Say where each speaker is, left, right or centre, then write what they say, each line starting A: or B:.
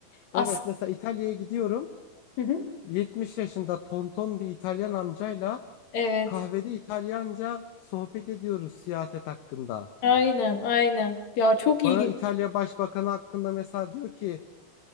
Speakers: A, on the left (about 50°); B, on the left (about 75°).
A: Aslında.
B: evet mesela İtalya'ya gidiyorum.
A: Hı hı.
B: 70 yaşında tonton bir İtalyan amcayla
A: Evet.
B: Kahvede İtalyanca sohbet ediyoruz siyaset hakkında.
A: Aynen, aynen. Ya çok ilginç.
B: Bana İtalya Başbakanı hakkında mesela diyor ki